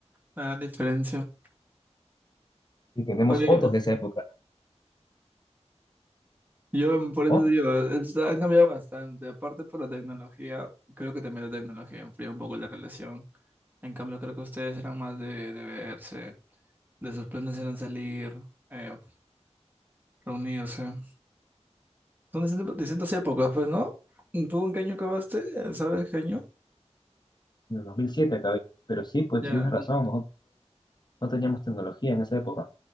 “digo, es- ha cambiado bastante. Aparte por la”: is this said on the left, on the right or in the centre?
Right